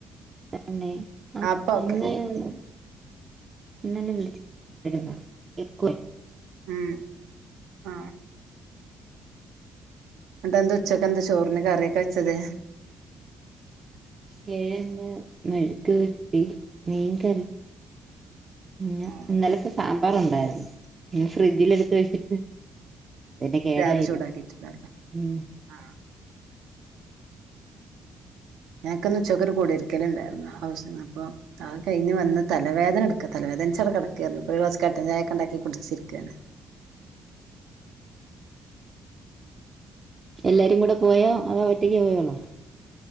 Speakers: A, on the right; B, on the right.
A: തന്നെ <unintelligible>
B: അപ്പൊ ഓക്കെ
A: ഇന്നലെ വിളിച്ചപ്പഴും എല്ലാരും പറയുന്നു എക്കൊ അടിക്കുന്നു.
B: ഉം ആ ന്നട്ടെന്താ ഉച്ചക്കെന്താ
A: പിന്നെ
B: ചോറിന് കറിയൊക്കെ വച്ചത്?
A: കിഴങ്ങ്, മെഴുക്കുപുരട്ടി, മീൻകറി പിന്നെ
B: ആ
A: ഇന്നലത്തെ സാമ്പാറുണ്ടായിരുന്നു. <unintelligible> ഫ്രിഡ്ജിൽ എടുത്ത് വെച്ചിട്ട് അതന്നെ കേടായില്ല
B: രാവിലെ ചൂടാക്കിയിട്ടുണ്ടായിരുന്നു
A: ഉം.
B: ആ ഞങ്ങക്ക്ന്ന് ഉച്ചക്കൊരു കുടിരിക്കലുണ്ടായിരുന്നു ഹൗസ് അപ്പൊ അത് കഴിഞ് വന്ന് തലവേദന ഇട്ക്കാ. തലവേദൻച് അവ്ടെ കടക്കായിരുന്നു. ഇപ്പോ ഒരു ഗ്ലാസ് കട്ടൻ ചായൊക്കെണ്ടാക്കി കുടിച്ചിരിക്കാണ്.
A: എല്ലാരും കൂടെ പോയോ അതോ ഒറ്റയ്ക്ക് പോയൊള്ളോ?